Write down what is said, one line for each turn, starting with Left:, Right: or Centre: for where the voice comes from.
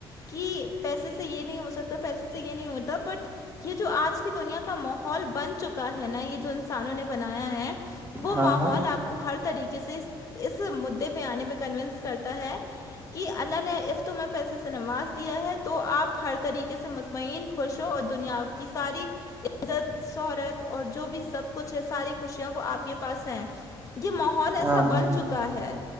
Left: کہ پیسے سے یہ نہیں ہو سکتا پیسے سے یہ نہیں ہوتا بٹ یہ جو آج کی دنیا کا ماحول بن چکا ہے نا یہ جو انسانوں نے بنایا ہے وہ
Right: ہاں
Left: ماحول آپ کو ہر طریقے سے اس مدے پہ آنے پہ کنوونس کرتا ہے کہ اللہ نے افتم میں پیسے سے نماز دیا ہے تو آپ ہر طریقے سے مطمئن خوش ہو اور دنیا کی ساری عزت شہرت اور جو بھی سب کچھ ہے ساری خوشیاں وہ آپ کے پاس ہیں یہ ماحول
Right: ہاں
Left: ایسا
Right: ہاں
Left: بن
Right: ہاں
Left: چکا کا ہے